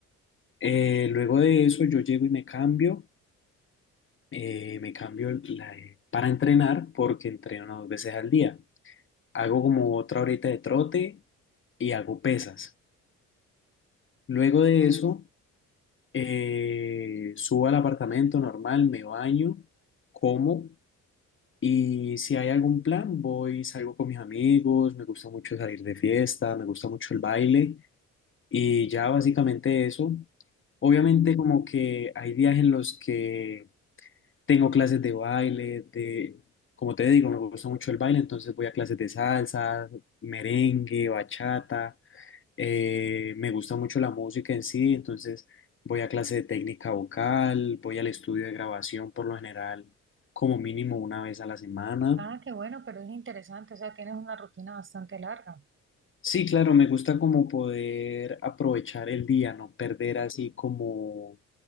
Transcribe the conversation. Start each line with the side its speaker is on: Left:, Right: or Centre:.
Left: Eh, luego de eso yo llego y me cambio. eh, me cambio la- para entrenar porque entreno dos veces al día. hago como otra horita de trote y hago pesas. Luego de eso, eh, subo al apartamento normal, me baño, como y si hay algún plan, voy, salgo con mis amigos, me gusta mucho salir de fiesta, me gusta mucho el baile y ya básicamente eso. Obviamente como que hay días en los que tengo clases de baile, de, como te digo, me gusta mucho el baile, entonces voy a clases de salsa, merengue, bachata. Eh, me gusta mucho la música en sí, entonces voy a clase de técnica vocal, voy al estudio de grabación por lo general, como mínimo una vez a la semana.
Right: Ah, qué bueno, pero es interesante, o sea, tienes una rutina bastante larga.
Left: Sí, claro, me gusta como poder aprovechar el día, no perder así como